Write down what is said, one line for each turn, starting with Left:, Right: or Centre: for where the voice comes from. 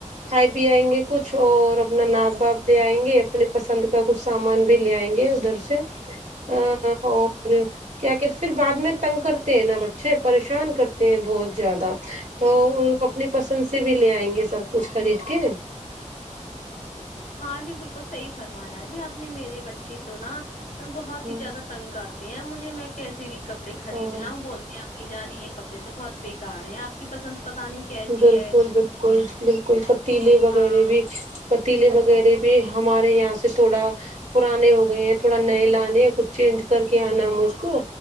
Right: کھائی پ آئیں گے کچھ اور اپنا ناپ باپ دے آئیں گے اپنی پسند کا کچھ سامان بھی لے آئیں گے ادھر سے اور کیا کہتے پھر بعد میں تنگ کرتے ہیں نا بچے پریشان کرتے ہیں بہت زیادہ تو اپنی پسند سے بھی لے آئیں گے سب کچھ خرید کے
Left: ہاں جی بالکل صحی فرمایا جی آپ نے میری بچی تو نہا بہت
Right: ہاں
Left: ہی زیادہ تگ کرتے ہیں مجھے میں کیسے بھی کپڑے خرید
Right: ہاں
Left: لا ہوں بولتے ہیں ابنی جانی یہ ک تو بہت بےیکار ہے آپ کی پسند پتہ نہیں کیسی
Right: بالکل
Left: ہے
Right: بالکل بالکل پتیلے وغیرہ
Left: ہاں
Right: بھی پتیلے وغیرہ بھی ہمارے یہاں سے تھوڑا پرانے ہو گئے ہیں تھوڑا نئے لان کچھ چینج کر کے آنا مجھ کو